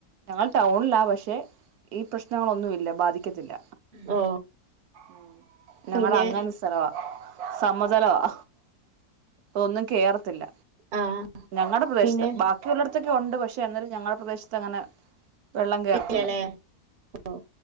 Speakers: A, on the right; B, on the right.
A: ഞങ്ങൾ ടൗണിലാ പക്ഷെ ഈ പ്രശ്നങ്ങളൊന്നുമില്ല ബാധി ക്കത്തില്ല.
B: ഓ
A: ഉം.
B: പിന്നെ
A: ഞങ്ങളടെ അങ്ങനൊരു സ്ഥലവാ സമതലവാ. ഒന്നും കേറത്തില്ല
B: ആ
A: ഞങ്ങളുടെ പ്രദേശത്ത്
B: പിന്നെ
A: ബാക്കിയുള്ളടത്തൊക്കെ ഉണ്ട് പക്ഷെ എന്നാലും ഞങ്ങളുടെ പ്രദേശത്ത് അങ്ങനെ വെള്ളം കേറത്തില്ല
B: ഇല്ലല്ലേ ഓ